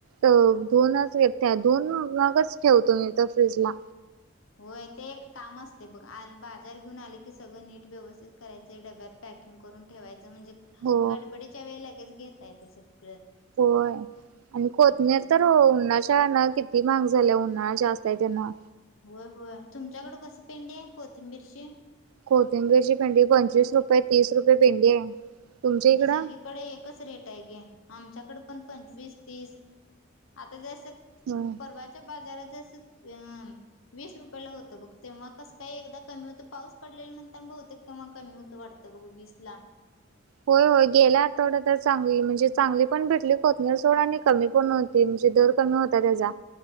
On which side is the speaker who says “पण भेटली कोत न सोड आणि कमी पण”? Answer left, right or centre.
Right